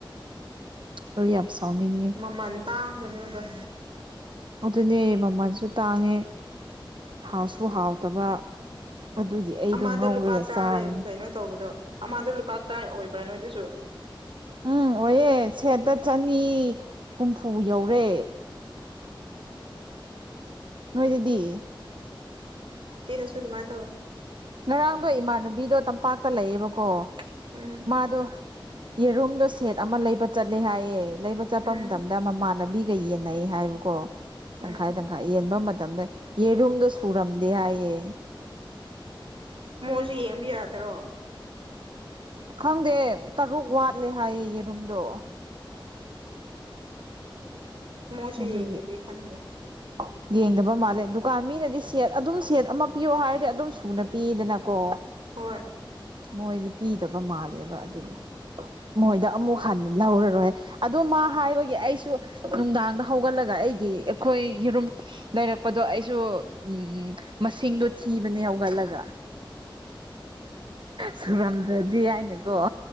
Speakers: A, on the right; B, on the right.
A: ꯍꯣꯌ ꯌꯥꯝ ꯁꯥꯎꯅꯤꯡꯉꯦ
B: ꯃꯃꯜ ꯇꯥꯡꯕꯅꯦꯒ
A: ꯑꯗꯨꯅꯦ ꯃꯃꯜꯁꯨ ꯇꯥꯡꯉꯦ ꯍꯥꯎꯁꯨ ꯍꯥꯎꯇꯕ ꯑꯗꯨꯒꯤ ꯑꯩꯗꯣ
B: ꯑꯃꯗ
A: ꯉꯧꯔꯒ
B: ꯂꯨꯄꯥ ꯇꯔꯥꯔꯦ
A: ꯆꯥꯔꯅꯤ
B: ꯀꯩꯅꯣ ꯇꯧꯕꯗꯣ ꯑꯃꯗ ꯂꯨꯄꯥ ꯇꯔꯥ ꯑꯣꯏꯕ꯭ꯔꯥ ꯅꯣꯏꯗꯨꯁꯨ
A: ꯎꯝ ꯑꯣꯏꯌꯦꯦ ꯁꯦꯠꯇ ꯆꯅꯤ ꯍꯨꯝꯐꯨ ꯌꯧꯔꯦ ꯅꯣꯏ ꯑꯗꯨꯗꯤ
B: ꯁꯤꯦꯁꯣ ꯃꯥꯏ ꯇꯕꯣꯏ
A: ꯉꯔꯥꯡꯗꯣ ꯏꯃꯥꯟꯅꯕꯤꯗꯣ ꯇꯝꯄꯥꯛꯇ ꯂꯩꯌꯦꯦꯕꯀꯣ
B: ꯎꯝ
A: ꯃꯥꯗꯣ ꯌꯦꯔꯨꯝꯗꯣ ꯁꯦꯠ ꯑꯃ ꯂꯩꯕ ꯆꯠꯂꯦ ꯍꯥꯏꯌꯦ ꯂꯩꯕ ꯆꯠꯄ
B: ꯎꯝ
A: ꯃꯇꯝꯗ ꯃꯃꯥꯟꯅꯕꯤ ꯌꯦꯟꯅꯩ ꯍꯥꯏꯕꯀꯣ
B: ꯎꯝ
A: ꯇꯪꯈꯥꯏ ꯇꯪ ꯌꯦꯟꯕ ꯃꯇꯝꯗ ꯌꯦꯔꯨꯝꯗꯣ ꯁꯨꯔꯝꯗꯦ ꯍꯥꯏꯌꯦ
B: ꯃꯣꯏꯁꯨ ꯌꯦꯡꯕ ꯌꯥꯗ꯭ꯔꯣ
A: ꯈꯪꯗꯦ ꯇꯔꯨꯛ ꯋꯥꯠꯂꯦ ꯍꯥꯏꯌꯦꯌꯦ ꯔꯨꯝꯗꯣ
B: ꯃꯣꯁꯨ
A: ꯑꯗꯨꯒꯤ
B: ꯌꯦꯡꯒꯦꯗꯤ ꯈꯟꯗꯦ
A: <inaudible> ꯌꯦꯡꯗꯕ ꯃꯥꯜꯂꯦ ꯗꯨꯀꯥꯟ ꯃꯤꯅꯗꯤ ꯁꯦꯠ ꯑꯗꯨꯝ ꯁꯦꯠ ꯑꯃ ꯄꯤꯔꯣ ꯍꯥꯏꯔꯗꯤ ꯑꯗꯨꯝ ꯁꯨꯅ ꯄꯤꯌꯦꯗꯅꯀꯣ
B: ꯍꯣꯏ
A: ꯃꯣꯏꯗꯤ ꯄꯤꯗꯕ ꯃꯥꯜꯂꯦꯕ ꯑꯗꯨꯒꯤ ꯃꯣꯏꯗ ꯑꯃꯨꯛ ꯍꯟꯅ ꯂꯧꯔꯔꯣꯏ ꯑꯗꯣ ꯃꯥ ꯍꯥꯏꯕꯒꯤ ꯑꯩꯁꯨ ꯅꯨꯡꯗꯥꯡꯗ ꯍꯧꯒꯠꯂꯒ ꯑꯩꯒꯤ ꯑꯩꯈꯣꯏ ꯌꯦꯔꯨꯝ ꯂꯩꯔꯛꯄꯗꯣ ꯑꯩꯁꯨ ꯎꯝ ꯃꯁꯤꯡꯗꯣ ꯊꯤꯕꯅꯦ ꯍꯧꯒꯠꯂꯒ ꯁꯨꯔꯝꯗ꯭ꯔꯗꯤ ꯌꯥꯏꯅꯨꯀꯣ